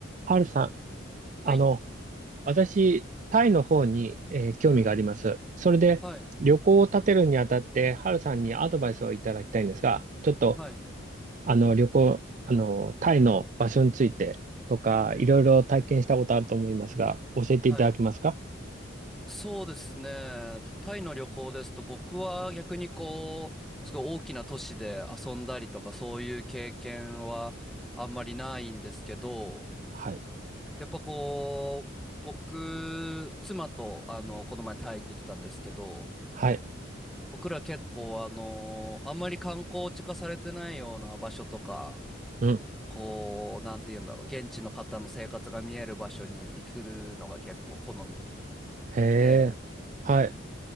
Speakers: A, on the right; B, in the centre.
A: ハルさん、あの、
B: はい。
A: 私、タイの方に、えー興味があります。
B: うん。
A: それで、
B: はい。
A: 旅行を立てるにあたって、ハルさんにアドバイスをいただきたいんですが、ちょっと、
B: はい。
A: あの、旅行、あの、タイの場所についてとか、いろいろ体験したことあると思いますが、教えていただけますか
B: はい。そうですね。タイの旅行ですと、僕は逆にこう、すごい大きな都市で遊んだりとか、そういう経験はあんまりないんですけど、
A: はい。
B: やっぱこう、僕、妻と、あの、この前タイ行ってきたんですけど、
A: はい。
B: 僕ら結構、あの、あんまり観光地化されてないような場所とか、
A: うん。
B: こう、なんて言うんだろう、現地の方の生活が見える場所に行くのが結構好み。
A: へえ。
B: て、
A: はい。
B: うん。